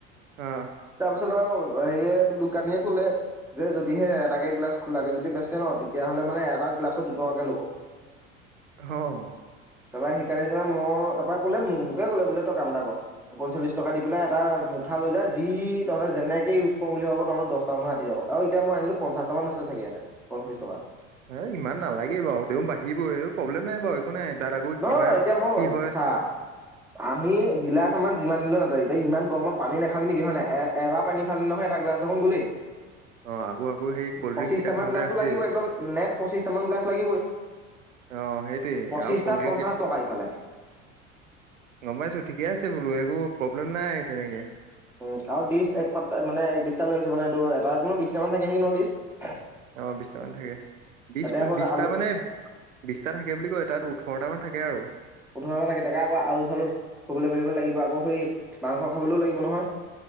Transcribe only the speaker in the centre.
পিছত আৰু সেৰিয়ে এইটো দোকানীয়ে- ক'লে যে যদিহে এটাকে গ্লাছ খোলাকে যদি বেচে ন তেতিয়া হ'লে মানে এটা গ্লাছত দুই টকাকে ল'ব।
তাৰপৰা সেইকাৰণে যেনিবা মই তাৰ পৰা ক'লে মোকে ক'লে বোলে তই কাম এটা কৰ। পঞ্চল্লিশ টকা দি পেলাই এটা- উঠা লৈ যা যি তহঁতে যেনেকে ইউজ কৰো বুলি ভাব তহঁতৰ দহ- আৰাম চে আতি যাব আৰু এতিয়া মই আনিলো পঞ্চাটামান আছে চাগে ইয়াতে পঞ্চল্লিছ টকা।
নহয়
এতিয়া মই
চা আমি গ্লাছ আমাক যিমান দিলো ন- তই তই ইমান গৰমত পানী নাখাবি নেকি হয় নাই। এবাৰ পানী খাওঁতে নহয় এটা গ্লাছ দেখোন গলেই।
পঁচিশটামান
গ্লাছটো
লাগিবই একদম নেট পঁচিশটামান গ্লাছ লাগিবই।
পঁচিছটাত
পঞ্চাশ
টকা ইফালে
উম আৰু ডিষ্ট এক পাত মানে এক ডিছটা লৈ আহিছে মানে এইটো এটা কিমান বিশটা মান থাকে নেকি ন ডিষ্ট।
আকৌ
আলু
ওঠৰ টা মানে থাকে তাতে আলু চালু থবলৈ মেলিব লাগিব আকৌ সেই মাংস খাবলৈও লাগিব নহয়।